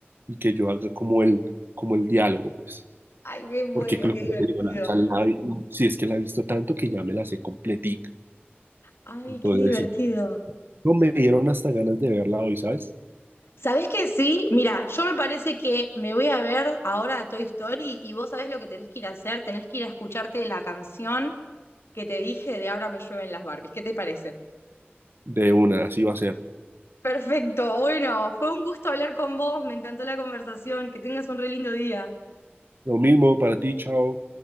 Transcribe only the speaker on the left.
Ay, me muero,
qué
divertido.
Ay,
qué divertido.
¿Sabés que sí? Mira, yo me parece que me voy a ver ahora a Toy Story y vos sabés lo que tenés que ir a hacer, tenés que ir a escucharte la canción que te dije de Ahora me llueven las Barbies. ¿Qué te parece?
Perfecto, bueno, fue un gusto hablar con vos, me encantó la conversación, que tengas un re lindo día.